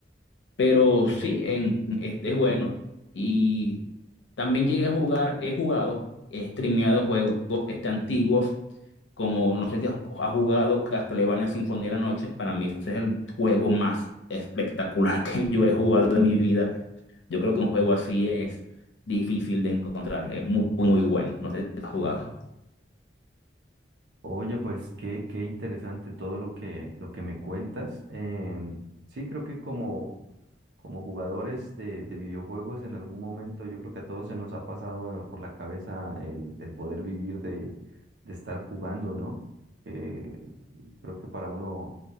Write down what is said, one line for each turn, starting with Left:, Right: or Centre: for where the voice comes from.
Left: Pero sí, en, este es bueno. Y también llegué a jugar, he jugado, he streameado juegos este, antiguos, como no sé si has, has jugado Castlevania Sinfonía de la Noche. Para mí ese es el juego más espectacular <laughs> que yo he jugado en mi vida. Yo creo que un juego así es difícil de encontrar. Es muy, muy bueno. No sé si has jugado.
Right: Oye, pues qué, qué interesante todo lo que, lo que me cuentas. Em, sí, creo que como como jugadores de, de videojuegos, en algún momento yo creo que a todos se nos ha pasado por la cabeza el, el poder vivir de, de estar jugando, ¿no? Eh, creo que para uno